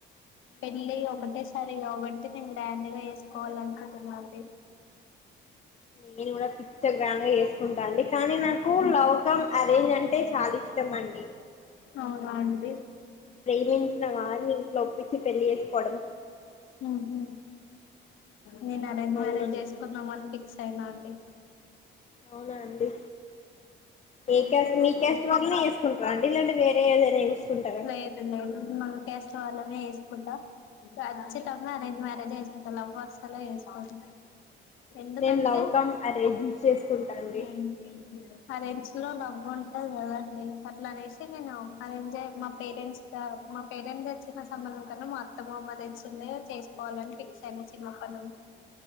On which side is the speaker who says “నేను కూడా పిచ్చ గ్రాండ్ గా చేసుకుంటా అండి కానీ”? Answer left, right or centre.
Left